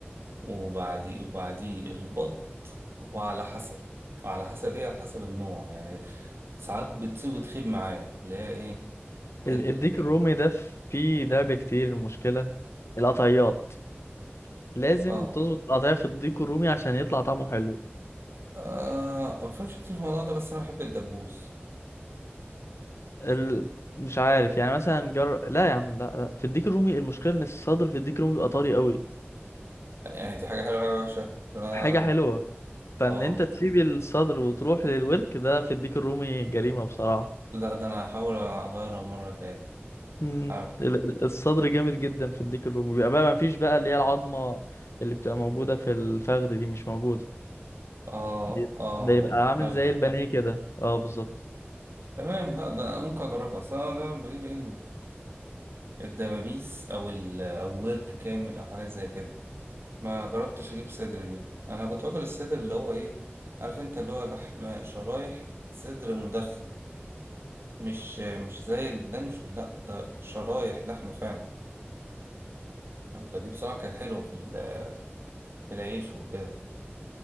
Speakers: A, on the right; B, on the left.
A: وبعديه بعديه البط وعلى حسب وعلى حسب إيه على حسب النوع يعني ساعات بتصيب وتخيب معايا اللي هي إيه
B: ال-
A: ال
B: الديك الرومي ده فيه لعب كتير المشكلة القطعيات لازم
A: آه
B: تظبط القطعية في الديك الرومي عشان يطلع طعمه حلو
A: آه ما بفهمش كتير في الموضوع ده بس أنا بحب الدبوس
B: ال... مش عارف يعني مثلا جر... لا يا عم لا لا في الديك الرومي المشكلة ان الصدر في الديك الرومي بيبقى طري قوي
A: يعني دي حاجة حلوة حاجة وحشة أنا
B: حاجة حلوة فان
A: آه
B: انت تسيب الصدر وتروح للورك ده في الديك الرومي جريمة بصراحة
A: لا ده أنا هحاول أغيرها المرة الجاية
B: مم.
A: عارف.
B: ال- الصدر جامد جدا في الديك الرومي بيبقى بقى ما فيش بقى اللي هي العظمه اللي بتبقى موجوده في الفخذ دي مش موجوده
A: آه
B: بيبقى
A: آه
B: بيبقى عامل
A: الفراخ
B: زي
A: ده
B: البانيه كده اه بالظبط
A: تمام لا ده أنا ممكن أجربها بس أنا دايما بجيب إيه الدبابيس او ال او ورك كامل او حاجات زي كده ما جربتش اجيب صدر دي انا كنت باكل الصدر اللي هو ايه عارف انت اللي هو لحم شرايح صدر مدخن مش مش زي اللانشون لا ده شرايح لحم فعلا فدي بصراحة كانت حلوة في ال- في العيش وكده